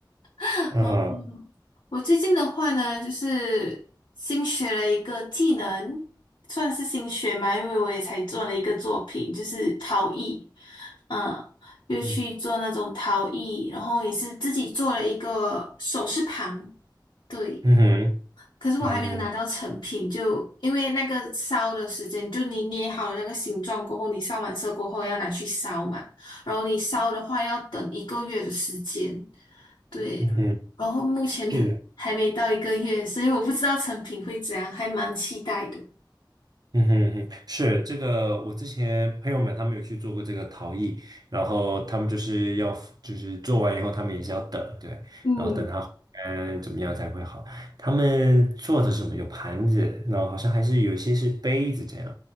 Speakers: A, on the left; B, on the right.
A: <laughs>
B: 啊，
A: 哦，嗯我最近的话呢，就是新学了一个技能，算是新学嘛，因为我也才做了一个作品，就是陶艺，嗯，又去做那种陶艺，
B: 嗯
A: 然后也是自己做了一个首饰盘，对。
B: 嗯哼，
A: 可是我还没有拿到成品，
B: 嗯
A: 就因为那个烧的时间，就你捏好了那个形状过后，你上完色过后要拿去烧嘛，然后你烧的话要等一个月的时间，对，
B: 嗯哼，
A: 然后目前还没到一个月，
B: 是，
A: 所以我不知道成品会怎样，还蛮期待的。
B: 嗯哼嗯哼，是这个，我之前朋友们他们有去做过这个陶艺，然后他们就是要就是做完以后，他们也是要等，对，
A: 嗯，
B: 然后等它嗯怎么样才会好。他们做的是什么？有盘子，然后好像还是有一些是杯子这样，